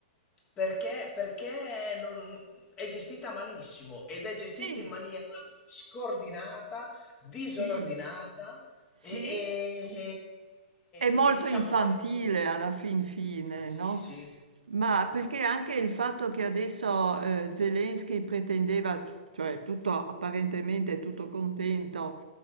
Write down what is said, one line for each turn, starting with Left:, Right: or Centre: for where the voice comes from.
Left: Perché, perché non- è gestita malissimo ed è gestita
Right: Sì.
Left: in maniera scordinata, disordinata
Right: sì. Sì,
Left: e, e-
Right: è molto
Left: e- e diciamo...
Right: infantile alla fin fine,
Left: Sì,
Right: no?
Left: sì,
Right: Ma perché anche il fatto che adesso eh, Zelensky pretendeva, cioè tutto apparentemente tutto contento,